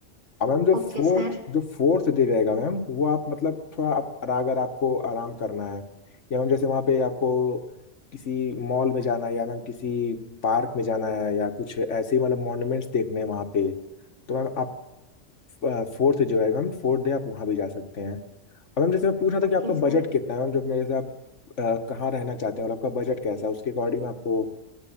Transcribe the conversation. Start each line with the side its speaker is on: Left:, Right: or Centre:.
Left: और मैम जो
Right: Okay
Left: फोर्थ
Right: sir
Left: जो फोर्थ डे रहेगा मैम वो आप मतलब थोड़ा आप, अगर आपको आराम करना है या मैम जैसे वहाँ पे आपको किसी मॉल में जाना है या मैम किसी पार्क में जाना है या कुछ ऐसे ही मतलब मॉन्यूमेंट्स देखने हैं वहाँ पे तो मैम अ, फोर्थ है जो है मैम फोर्थ डे आप वहाँ भी जा सकते हैं और मैम जैसे मैं पूछ रहा था
Right: Okay
Left: कि आपका
Right: sir
Left: बजट कितना है मैम जब मेरे से आप अ, कहाँ रहना चाहते हैं और आपका बजट कैसा है उसके अकॉर्डिंग मैं आपको